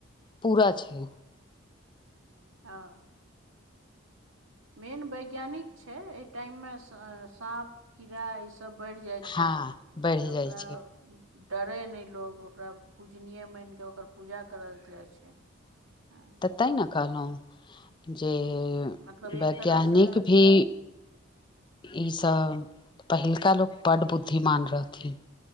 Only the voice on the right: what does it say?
हँ मेन वैज्ञानिक छै एहि टाइम मे साँप कीड़ा ई सब बढ़ि जाइ छै
तऽ
ओकरा
डरै नहि लोगो ओकरा पूजनीय माइन कऽ ओकर पूजा करल जाइ छै हं
मतलब
एक तरहसँ